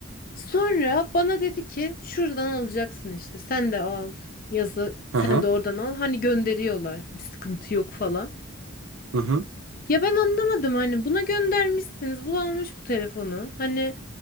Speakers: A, on the left (about 45°); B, on the right (about 75°).
A: Sonra bana dedi ki şuradan alacaksın işte. Sen de al yazı.
B: Hı
A: Sen
B: hı.
A: de oradan al. Hani gönderiyorlar. Bir sıkıntı yok falan.
B: Hı hı.
A: Ya ben anlamadım hani buna göndermişsiniz. Bu almış bu telefonu. Hani